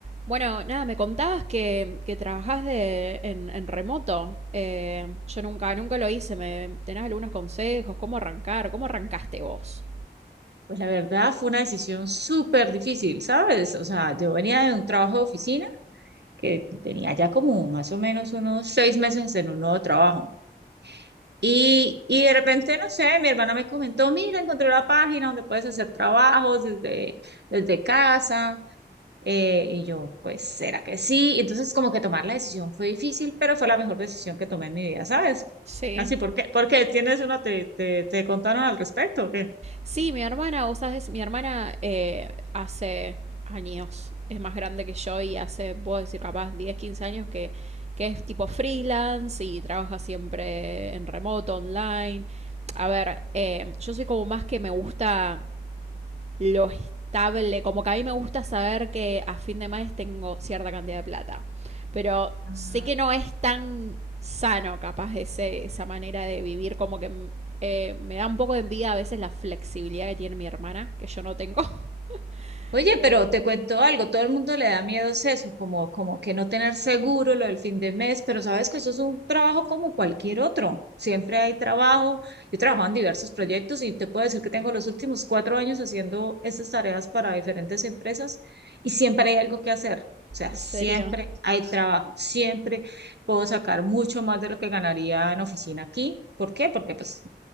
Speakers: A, on the right; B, on the right.
A: Bueno, nada, me contabas que, que trabajás de, en, en remoto. Eh, yo nunca, nunca lo hice. Me, ¿tenés algunos consejos? ¿Cómo arrancar? ¿Cómo arrancaste vos?
B: Pues la verdad fue una decisión súper difícil, ¿sabes? O sea, yo venía de un trabajo de oficina que tenía ya como más o menos unos seis meses en un nuevo trabajo. Y, y de repente, no sé, mi hermana me comentó, mira, encontré la página donde puedes hacer trabajos desde, desde casa. Eh, y yo, pues, ¿será que sí? Y entonces como que tomar la decisión fue difícil, pero fue la mejor decisión que tomé en mi vida, ¿sabes?
A: Sí.
B: Así, ¿por qué? ¿Por qué? ¿Tienes una, te, te, te contaron al respecto o qué?
A: Sí, mi hermana, vos sabés, mi hermana eh, hace años es más grande que yo y hace, puedo decir, capaz 10, 15 años que, que es tipo freelance y trabaja siempre en remoto, online. A ver, eh, yo soy como más que me gusta lo estable. Como que a mí me gusta saber que a fin de mes tengo cierta cantidad de plata. Pero
B: Ah,
A: sé que no es tan sano capaz ese, esa manera de vivir. Como que eh, me da un poco de envidia a veces la flexibilidad que tiene mi hermana, que yo no tengo. <laughs>
B: Oye,
A: Eh,
B: pero te cuento algo, todo el mundo le da miedo es eso, como, como que no tener seguro lo del fin de mes, pero sabes que eso es un trabajo como cualquier otro. Siempre hay trabajo. Yo he trabajado en diversos proyectos y te puedo decir que tengo los últimos cuatro años haciendo estas tareas para diferentes empresas y siempre hay algo que hacer. O sea,
A: en
B: siempre
A: serio.
B: hay trabajo, siempre puedo sacar mucho más de lo que ganaría en oficina aquí. ¿Por qué? Porque pues